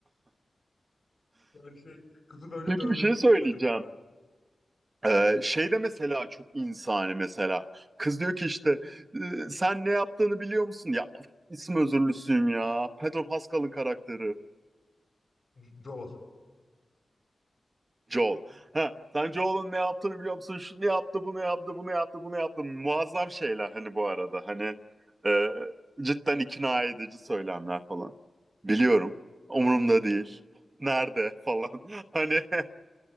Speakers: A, on the left; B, on the right.
A: Yani şey kızı böyle
B: Peki
A: dövmesini
B: bir şey söyleyeceğim.
A: istedim orada.
B: Ee,
A: Evet
B: şey de mesela çok insani mesela. Kız diyor ki işte "Ee, sen ne yaptığını biliyor musun? Ya isim özürlüsüyüm ya. Pedro Pascal'ın karakteri.
A: Joel.
B: Joel. Ha, sen Joel'ın ne yaptığını biliyor musun? Şunu yaptı, bunu yaptı, bunu yaptı, bunu yaptı. Muazzam şeyler hani bu arada. Hani e, cidden ikna edici söylemler falan. Biliyorum. Umurumda değil. Nerede falan. <laughs> Hani <laughs>